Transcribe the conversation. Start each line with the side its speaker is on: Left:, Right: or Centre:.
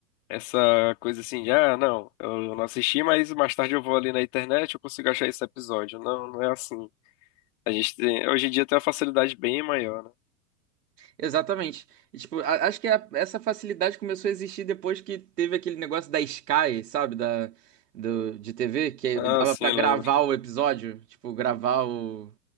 Left: essa coisa assim de, ah, não, eu não assisti, mas mais tarde eu vou ali na internet, eu consigo achar esse episódio. Não, não é assim. A gente tem, hoje em dia tem uma facilidade bem maior, né?
Right: Exatamente. E, tipo, a- acho que é a- essa facilidade começou a existir depois que teve aquele negócio da Sky, sabe? Da, do, de TV, que
Left: Ah,
Right: dava
Left: sim,
Right: pra
Left: eu
Right: gravar
Left: lembro.
Right: o episódio. Tipo, gravar o...